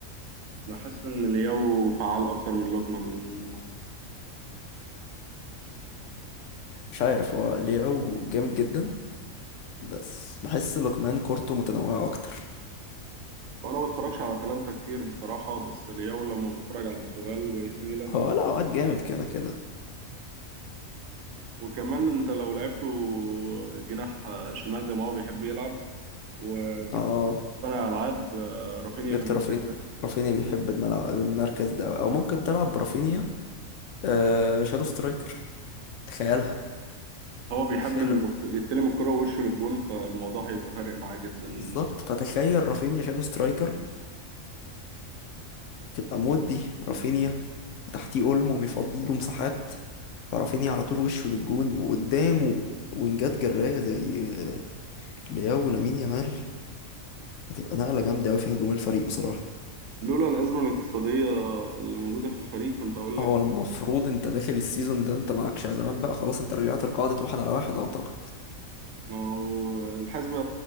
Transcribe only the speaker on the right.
انا حاسس ان لياو فعال اكتر من لوكمان لأن-
وانا ما بتفرجش على اتلانتا كتير بصراحه بس لياو لما بتفرج على البرتغال واي سي ميلان
وكمان انت لو لعبته جناح آه، شمال زي ما هو بيحب يلعب وجبت
صانع العاب آه، رافينيا
في المركز
ده
هو بيحب
انه يستلم الكرة ووشه للجون فالموضوع هيبقى فارق معاه جدا
لولا الأزمة الاقتصادية اللي موجودة في الفريق كنت أقول لك
ما هو الحسبة